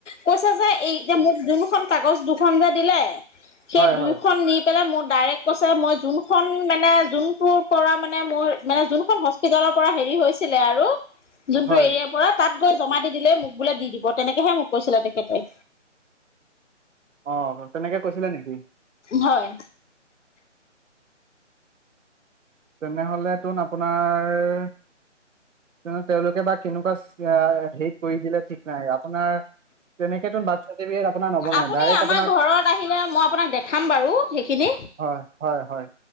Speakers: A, on the left (about 75°); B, on the right (about 85°).
A: কৈছে যে এই যে মোক যোনখন কাগজ দুখন যে দিলে সেই
B: হয়
A: দুয়ইখন
B: হয়
A: নি পেলাই মোৰ ডাইৰেক্ট কৈছে মই যোনখন মানে যোনটো পৰা মানে মোৰ মানে যোনখন হস্পিতালৰ পৰা হেৰি হৈছিলে আৰু যোনটো
B: হয়
A: এৰিয়াৰ পৰা তাত গৈ জমা দি দিলে মোক বোলে দি দিব তেনেকেহে মোক কৈছিলে তেখেতে।
B: অ' তেনেকে কৈছিলে নেকি?
A: হয়।
B: তেনেহলে তোন আপোনাৰ তেওঁলোকে বা কেনেকুৱা হে কৰি দিলে ঠিক নাই আপোনাৰ তেনেক বাৰ্থ চটিফিকেত নবনাই
A: আপুনি
B: ডাইৰেক
A: আমাৰ
B: আপোনাৰ,
A: ঘৰত আহিলে মই আপোনাক দেখাম বাৰু সেইখিনি
B: হয় হয় হয়,